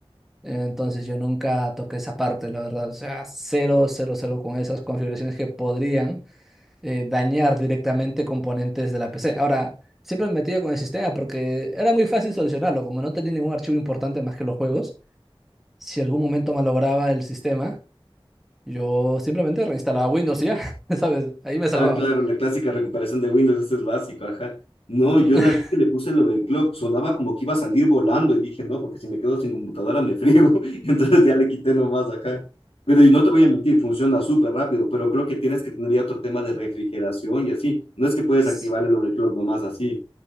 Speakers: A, in the centre; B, on the left.
A: Entonces yo nunca toqué esa parte, la verdad. O sea, cero, cero, cero con esas configuraciones que podrían eh, dañar directamente componentes de la PC. Ahora, siempre me metía con el sistema porque era muy fácil solucionarlo, como no tenía ningún archivo importante más que los juegos. Si algún momento malograba el sistema, yo simplemente reinstalaba Windows y ya, <laughs> ¿sabes? Ahí me salvaba.
B: Ah, claro, la clásica recuperación de Windows, ese es básico, ajá. No, yo
A: <laughs>
B: la vez que le puse el overclock sonaba como que iba a salir volando y dije, no, porque si me quedo sin computadora me friego. <laughs> Entonces ya le quité nomás acá. Pero y no te voy a mentir, funciona súper rápido, pero creo que tienes que tener ya otro tema de refrigeración y así. No es que puedes
A: Sí.
B: activar el overclock nomás así.